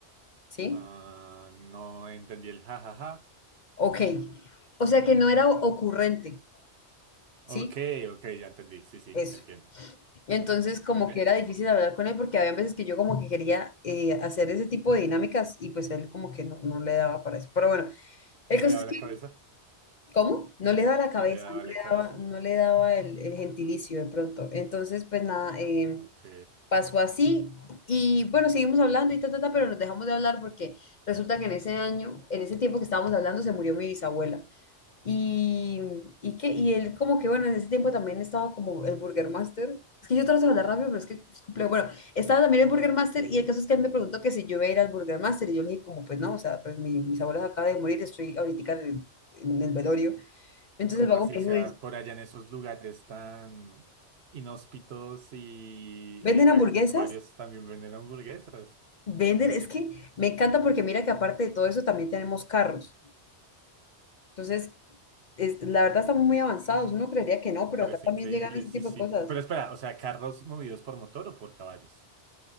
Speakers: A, on the left; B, on the right.
A: ¿sí?
B: Ah, no entendí el jajaja.
A: Ok. O sea que no era ocurrente, ¿sí?
B: Ok, ok, ya entendí. Sí, sí,
A: Eso.
B: te entiendo.
A: Entonces, como
B: ¿Vale?
A: que era difícil hablar con él porque había veces que yo como que quería eh, hacer ese tipo de dinámicas y pues él como que no, no le daba para eso. Pero bueno,
B: ¿No
A: el caso
B: le daba
A: es
B: la
A: que,
B: cabeza?
A: ¿cómo? No le daba la cabeza,
B: ¿No le daba
A: no le
B: la cabeza?
A: daba, no le daba el, el gentilicio de pronto. Entonces, pues nada, eh,
B: Ok,
A: pasó así y bueno, seguimos hablando y ta, ta, ta, pero nos dejamos de hablar porque resulta que en ese año, en ese tiempo que estábamos hablando, se murió mi bisabuela. Y, y, que, y él como que, bueno, en ese tiempo también estaba como el Burger Master. Es que yo trato de hablar rápido, pero es que es complejo. Bueno, estaba también el Burger Master
B: sí.
A: y el caso es que él me preguntó que si yo iba a ir al Burger Master y yo le dije como, pues no, o sea, pues mi, mis abuelos acaba de morir, estoy ahorita en el, en el velorio. Entonces
B: ¿Cómo
A: el vago
B: así?
A: me
B: O sea,
A: dijo, dice,
B: por allá en esos lugares tan inhóspitos y
A: ¿venden
B: eh,
A: hamburguesas?
B: agropecuarios también venden hamburguesas.
A: Venden, es que me encanta porque mira que aparte de todo eso también tenemos carros. Entonces, es- la verdad estamos muy avanzados. Uno creería que no,
B: Me
A: pero
B: parece
A: acá también
B: increíble,
A: llegan ese
B: sí,
A: tipo
B: sí.
A: de cosas.
B: Pero espera, o sea, ¿carros movidos por motor o por caballos?